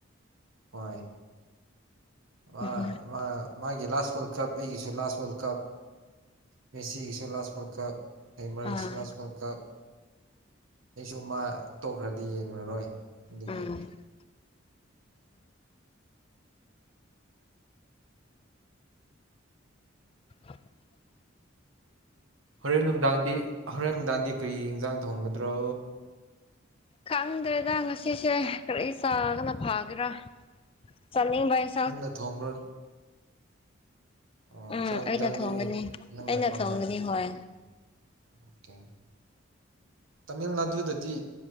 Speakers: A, on the right; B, on the left.
A: ꯍꯣꯏ ꯋꯥꯏ
B: ꯎꯝ
A: ꯃꯥ ꯃꯥꯒꯤ ꯂꯥꯁ ꯋꯥꯔꯜ ꯀꯞ ꯑꯩꯒꯤꯁꯨ ꯂꯥꯁ ꯋꯥꯔꯜ ꯀꯞ ꯃꯦꯁꯤꯒꯤꯁꯨ ꯂꯥꯁ ꯋꯥꯔꯜ ꯀꯞ ꯑꯩꯃꯔꯒꯤꯁꯨ
B: ꯑꯥ
A: ꯂꯥꯁ ꯋꯥꯔꯜ ꯀꯞ ꯑꯩꯁꯨ ꯃꯥ ꯇꯣꯛꯈ꯭ꯔꯗꯤ ꯌꯦꯡꯂꯔꯣꯏ ꯑꯗꯨꯒꯤ
B: ꯎꯝ <unintelligible>
A: ꯍꯣꯔꯦꯟ ꯅꯨꯡꯗꯥꯡꯗꯤ ꯍꯣꯔꯦꯟ ꯅꯨꯡꯗꯥꯡꯗꯤ ꯀꯔꯤ ꯏꯟꯖꯥꯡ ꯊꯣꯡꯒꯗ꯭ꯔꯣ
B: ꯈꯪꯗ꯭ꯔꯦꯗ ꯉꯁꯤꯁꯦ ꯀꯔꯤ ꯆꯥꯒꯅ ꯐꯥꯒꯦꯔꯥ ꯆꯥꯅꯤꯡꯕ ꯏꯁ
A: ꯅꯪꯅ ꯊꯣꯡꯕ꯭ꯔꯣ ꯑꯣ
B: ꯎꯝ
A: ꯆꯥꯡ
B: ꯑꯩꯅ
A: ꯏꯟꯖꯥꯡꯗꯤ
B: ꯊꯣꯡꯒꯅꯤ
A: ꯅꯪꯅ
B: ꯑꯩꯅ
A: ꯊꯣꯡꯉꯦ
B: ꯊꯣꯡꯒꯅꯤ
A: ꯎꯝ
B: ꯍꯣꯏ
A: ꯑꯣꯀꯦ ꯇꯥꯃꯤꯜ ꯅꯥꯗꯨꯗꯗꯤ